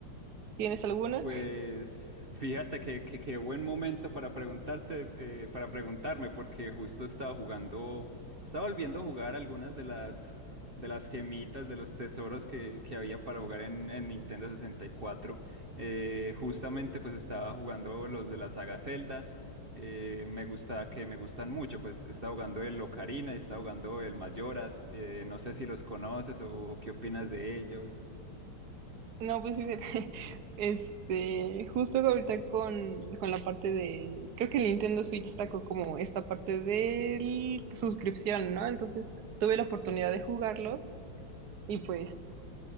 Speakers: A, on the right; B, on the right.
A: ¿Tienes alguna?
B: Pues fíjate que, que, qué buen momento para preguntarte, eh, para preguntarme, porque justo estaba jugando, estaba volviendo a jugar algunas de las, de las gemitas, de los tesoros que, que había para jugar en, en Nintendo 64. Eh, justamente pues estaba jugando los de la saga Zelda, eh, me gusta, que me gustan mucho, pues estaba jugando el Ocarina, estaba jugando el Mayoras, eh, no sé si los conoces o qué opinas de ellos.
A: No, pues fíjate, <laughs> este, justo ahorita con, con la parte de, creo que el Nintendo Switch sacó como esta parte de suscripción, ¿no? Entonces tuve la oportunidad de jugarlos Y pues